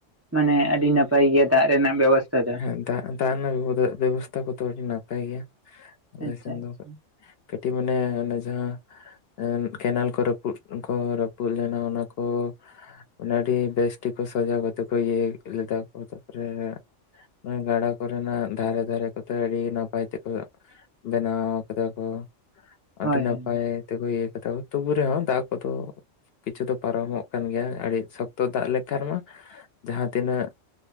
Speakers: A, on the right; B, on the left.
A: ᱢᱟᱱᱮ ᱟᱹᱰᱤ ᱱᱟᱯᱟᱭ ᱜᱮᱭᱟ ᱫᱟᱜ ᱨᱮᱱᱟᱜ ᱵᱮᱵᱚᱥᱛᱷᱟ ᱫᱚ,
B: ᱦᱮᱸ ᱫᱟᱜ, ᱫᱟᱜ ᱨᱮᱱᱟᱜ ᱵᱮᱵᱚᱥᱛᱷᱟ ᱠᱚᱫᱚ ᱟᱹᱰᱤ ᱱᱟᱯᱟᱭ ᱜᱮᱭᱟ ᱟᱞᱮ
A: ᱟᱪᱪᱷᱟ
B: ᱥᱮᱱ
A: ᱟᱪᱪᱷᱟ
B: ᱫᱚ, ᱠᱟᱹᱴᱤᱡᱽ ᱢᱟᱱᱮ ᱚᱱᱮ ᱡᱟᱦᱟᱸ ᱠᱮᱱᱮᱞ ᱠᱚ ᱨᱟᱹᱯᱩᱫ ᱠᱚ ᱨᱟᱹᱯᱩᱫᱽ ᱞᱮᱱᱟ ᱚᱱᱟ ᱠᱚ ᱚᱱᱟ ᱟᱹᱰᱤ ᱵᱮᱥ ᱴᱷᱤᱠ ᱠᱚ ᱥᱟᱡᱟᱣ ᱠᱟᱛᱮ ᱠᱚ ᱤᱭᱟᱹ ᱞᱮᱫᱟ ᱠᱚ ᱛᱟᱯᱚᱨᱮ, ᱱᱚᱭ ᱜᱟᱰᱟ ᱠᱚᱨᱮᱱᱟᱜ ᱫᱷᱟᱨᱮ-ᱫᱷᱟᱨᱮ ᱠᱚᱫᱚ ᱟᱹᱰᱤ ᱱᱟᱯᱟᱭ ᱛᱮᱠᱚ ᱵᱮᱱᱟᱣ ᱠᱟᱫᱟ ᱠᱚ, ᱟᱹᱰᱤ
A: ᱦᱳᱭ ᱦᱳᱭ
B: ᱱᱟᱯᱟᱭ ᱛᱮᱠᱚ ᱤᱭᱟᱹ ᱠᱟᱫᱟ ᱛᱩᱵᱩ ᱨᱮᱦᱚᱸ ᱫᱟᱜ ᱠᱚ ᱫᱚ, ᱠᱤᱪᱷᱩ ᱫᱚ ᱯᱟᱨᱚᱢᱚᱜ ᱠᱟᱱ ᱜᱮᱭᱟ ᱟᱹᱰᱤ ᱥᱚᱠᱛᱚ ᱫᱟᱜ ᱞᱮᱠᱷᱟᱱ ᱢᱟ ᱡᱟᱦᱟᱸ ᱛᱤᱱᱟᱹᱜ,